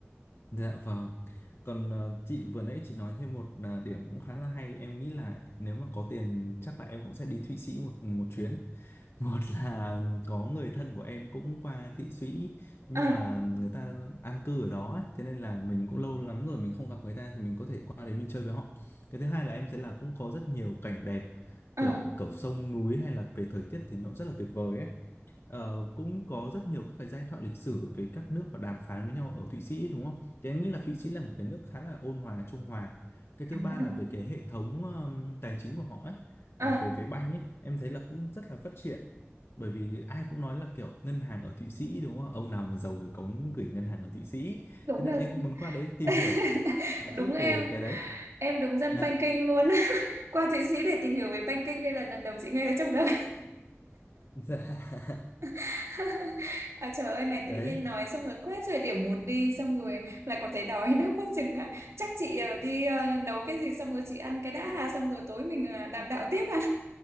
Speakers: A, on the left; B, on the right.
A: Dạ vâng. Còn ờ, chị vừa nãy chị nói thêm một là điểm cũng khá là hay. Em nghĩ là nếu mà có tiền chắc là em cũng sẽ đi Thụy Sĩ một một chuyến. <laughs> Một là có người thân của em cũng qua Thụy Sĩ nhưng
B: Ờ,
A: mà người ta an cư ở đó ấy. Thế nên là mình cũng lâu lắm rồi mình không gặp người ta thì mình có thể qua đấy mình chơi với họ. Cái thứ hai là em thấy là cũng có rất nhiều cảnh đẹp
B: ờ,
A: kiểu kiểu sông núi hay là về thời tiết thì nó rất là tuyệt vời ấy. Ờ, cũng có rất nhiều các cái giai thoại lịch sử về các nước và đàm phán với nhau ở Thụy Sĩ đúng không? Thì em nghĩ là Thụy Sĩ là một cái nước khá là ôn hòa, trung hòa. Cái thứ
B: <laughs>
A: ba là về cái hệ thống ừm, tài chính của họ ấy,
B: ờ,
A: là về về banh ấy, em thấy là cũng rất là phát triển. Bởi vì ai cũng nói là kiểu ngân hàng ở Thụy Sĩ đúng không? Ông nào mà giàu thì có gửi ngân hàng ở Thụy Sĩ.
B: đúng
A: Thế nên
B: rồi.
A: em cũng muốn qua đấy tìm
B: <laughs>
A: hiểu một chút
B: đúng em
A: về cái đấy.
B: em đúng dân
A: Dạ.
B: banking luôn <laughs> qua Thụy Sĩ để tìm hiểu về banking đây là lần đầu chị nghe thấy trong đời
A: <laughs> Dạ.
B: <laughs> à, trời ơi này
A: Đấy.
B: tự nhiên nói xong rồi quá trời điểm muốn đi xong rồi lại còn thấy đói nữa quá chừng á chắc chị ờ, đi ờ, nấu cái gì xong rồi chị ăn cái đã ha xong rồi tối mình ờ, đàm đạo tiếp ha